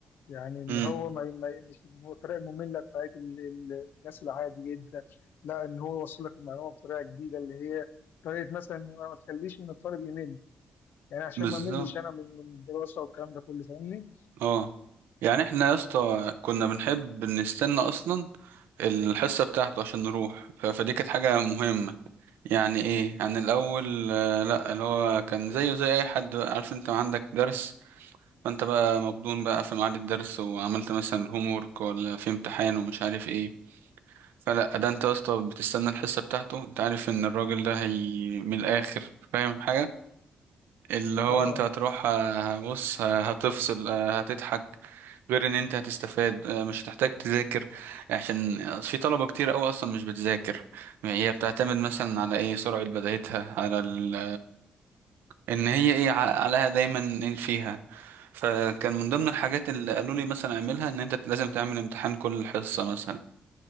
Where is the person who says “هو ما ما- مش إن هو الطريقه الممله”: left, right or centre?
Left